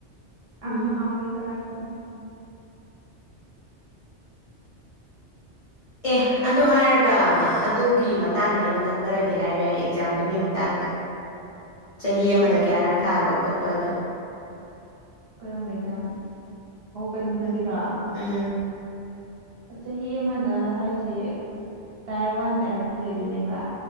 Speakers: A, on the right; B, on the left.
A: ꯌꯥꯝꯁꯨ
B: ꯎꯝ
A: ꯍꯥꯎꯋꯦ ꯆꯥꯔꯛꯄꯅꯦ
B: ꯍ ꯑꯦ ꯑꯗꯨ ꯍꯥꯏꯔꯒ ꯑꯗꯨꯒꯤ ꯃꯇꯥꯡꯗ ꯑꯩꯉꯣꯟꯗ ꯈꯔꯗꯤ ꯍꯥꯏꯕ ꯌꯥꯏ ꯑꯦꯛꯖꯥꯝꯗꯨꯒꯤ ꯃꯇꯥꯡꯗ ꯆꯍꯤ ꯑꯃꯗ
A: ꯀꯔꯝ
B: ꯀꯌꯥꯔꯛ ꯊꯥꯕ ꯈꯣꯠꯄꯗꯣ
A: ꯀꯔꯝꯕ ꯖꯥꯝ ꯀꯩꯅꯣꯗꯨꯒꯤꯔꯣ
B: ꯎꯝ ꯎꯝ
A: ꯆꯍꯤ ꯑꯃꯗ ꯍꯥꯏꯁꯦ ꯇꯥꯏꯌꯔ ꯋꯥꯟ ꯇꯥꯏꯌꯔ ꯇꯨ ꯂꯩꯗꯣꯏꯅꯦꯕ